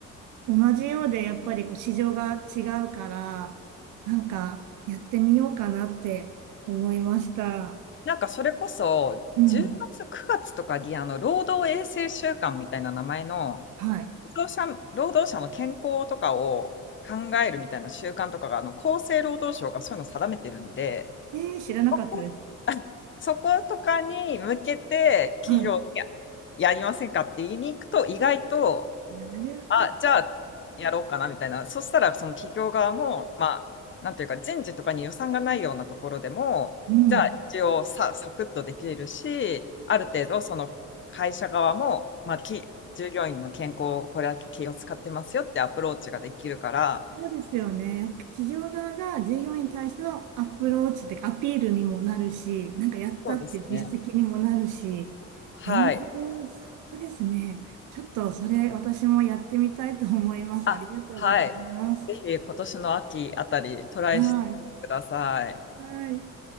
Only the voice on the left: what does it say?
なんかそれこそ10月、
9月とかにあの労働衛生週間みたいな名前の
労働者、労働者の健康とかを考えるみたいな習慣とかがあの厚生労働省がそういうのを定めてるんで、
<laughs> あそことかに向けて企業に
やりませんかって言いに行くと意外と
あ、じゃあ、やろうかな、みたいな。そしたら、その企業側も、まあ、なんていうか、人事とかに予算がないようなところでも、
じゃあ、一応さ、サクッとできるし、ある程度、その会社側も、まあ、き、従業員の健康をこれだけ気を使ってますよってアプローチができるから、
そうですね。はい。
あ、
はい。ぜひ、今年の秋あたり、トライしてください。